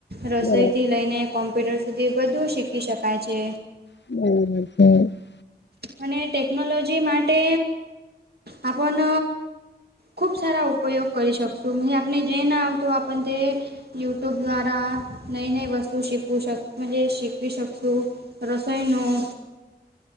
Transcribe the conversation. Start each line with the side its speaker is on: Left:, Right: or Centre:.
Right: રસોઈથી
Left: બરાબર
Right: લઈને કોમ્પ્યુટર સુધી બધું શીખી શકાય છે
Left: હમ <inaudible>
Right: અને ટેકનોલોજી માટે આપણ ખૂબ સારા ઉપયોગ કરી શકશું મ આપને જે ના આવતું આપને તે યુટ્યુબ દ્વારા નઈ નઈ વસ્તુ શિકવું શક મજ શિકવી શકશું રસોઈનું